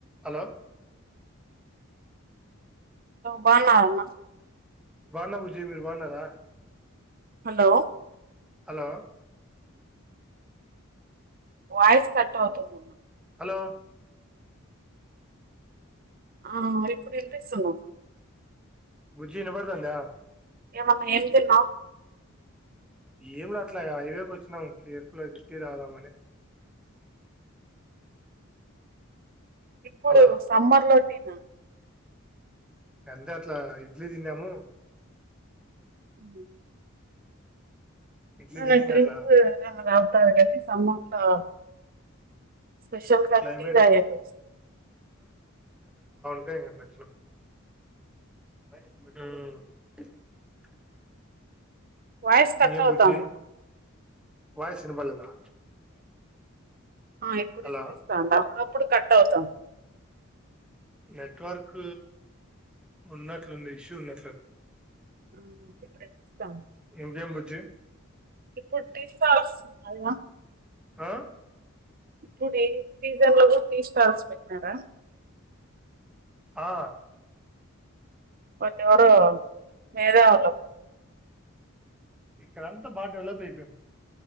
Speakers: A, in the centre; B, on the right.
A: Hello!
B: బాగున్నారన్నా?
A: బాన్న బుజ్జీ మీరుబాన్నారా?
B: హలో!
A: హలో!
B: వాయిస్ కట్టవుతూ ఉంది.
A: హలో!.
B: ఆ మరి ఇప్పుడు వినిస్తుందా.
A: బుజ్జీ వినపడుతుందా.
B: ఏమన్నా ఏం తిన్నావు.
A: ఏం అట్లా హైవేకి వచ్చినాం కేఫ్ లో టీ తాగుదామని
B: ఇప్పుడు
A: హలో
B: సమ్మర్ లోటినా
A: అంతే అట్లా ఇడ్లీ తిన్నాము.
B: ఉ
A: ఇడ్లీ తిని
B: ఏ
A: ఇంగ
B: డ్రింక్స్
A: అట్లా
B: ఏమైనా తాగుతారు కానీ సమోసా స్పెషల్ గా
A: క్లైమేట్
B: టీ తాగండి.
A: ం లక్షలు <unintelligible>
B: వాయిస్ కట్టవుతోంది.
A: ఇంకేం బుజ్జి వాయిస్ వినపడలేదా?
B: ఆ ఇప్పుడు
A: హలో
B: వినిపిస్తాంది. అప్పుడప్పుడు కట్ అవుతాంది.
A: నెట్వర్క్ ఉన్నట్లుంది. ఇష్యూ ఉన్నట్లు
B: ఆ, ఇప్పుడు వినిపిస్తాంది
A: ఇంకేం బుజ్జీ
B: ఇప్పుడు టీ స్టాల్ ఉన్నాయ?
A: హలో!
B: ఇప్పుడు ఈ సీజన్ లో గుడా టీ స్టాల్స్ పెట్నారా?
A: ఆ
B: వాళ్ళెవరో మేధావులు
A: ఇక్కడంతా బాగా డెవలప్ అయిపోయాం.